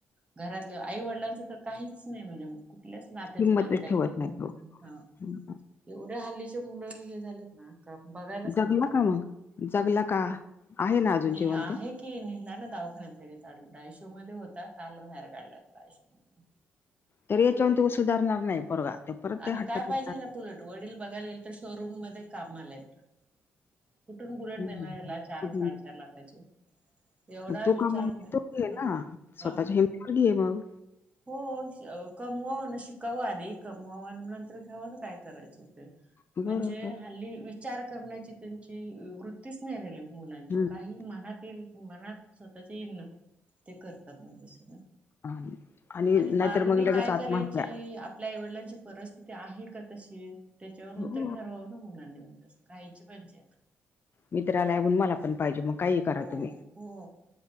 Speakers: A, on the right (about 25°); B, on the left (about 45°).
A: घरातल्या आई वडिलांचं तर काहीच नाही. म्हणजे कुठल्या च नात्याचं
B: किंमतच
A: त्याला काय
B: ठेवत
A: घेण देणं
B: तो
A: नाही. हा.
B: हं.
A: एवढ्या हल्लीचे मुलं हे झालेत ना. का बघायलाच
B: जगला
A: नको त्यांना.
B: का मग जगला का आहे ना अजून
A: नाही
B: जिवंत
A: आहे. की नेला ना दावाखान्यात लगेच ऍडमिट. आय सी यू मध्ये होता. काल बाहेर काढला त्याला. आय सी यू मधून.
B: तरी याच्यावरन तो सुधारणार नाही पोरगा. ते परत
A: आणि
B: ते हट्ट
A: काय
B: करणार
A: पाहिजेले बुलट. वडील बघायला गल तर शोरूम मध्ये कामालायात. कुठून बुलेट
B: हम्म
A: देणार हेला? चार साडेचार लाखाची. एवढा
B: म तू
A: विचार
B: कमव
A: नाही
B: तू घे ना.
A: ह
B: स्वतःच्या
A: ह
B: हिमती वर घे मग.
A: हो कमवाव ना. शिकाव आधी. कमवावं नंतर घेवा ना. काय करायचं ते?
B: बरोबर
A: म्हणजे हल्ली विचार करण्याची त्यांची वृत्तीच नाही राहिली. मुलांची
B: हम्म
A: काही मनात येईल मनात स्वतःच्या येईल ना. ते करतात मूल सगळ.
B: आणि
A: आणि
B: नाहीतर
A: मागणी
B: मग लगेच
A: काय
B: आत्महत्या
A: करायची? आप आपल्या आईवडिलांची परिस्थिती आहे का तशी? त्याच्यावरूनंत
B: हो
A: ठरवावं ना मुलांनी म्हणजे अस. खायची पंचाईत.
B: मित्राला हाय म्हणून मला पण पायजे, मग काही करा
A: हो
B: तुम्ही.
A: हो.